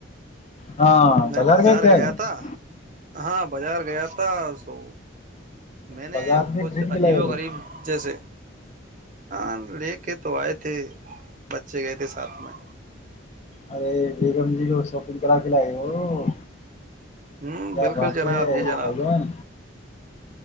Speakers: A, on the left; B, on the right.
A: ہاں
B: میں بازار
A: گئے تھے
B: گیا
A: آج
B: تھا ہاں بازار گیا تھا سو میں
A: بازار
B: نے
A: سے
B: کچھ
A: خرید کے
B: عجیب
A: لائے ہو
B: و غریب
A: کچھ
B: جیسے ہاں لے کے تو آئے تھے بچے گئے تھے ساتھ میں
A: ارے بیگم جی کو شاپگ کرا کے لائے ہو
B: ہوں
A: کیا
B: بالکل
A: بات
B: جناب
A: ہے
B: جی
A: بھائی
B: جناب
A: جان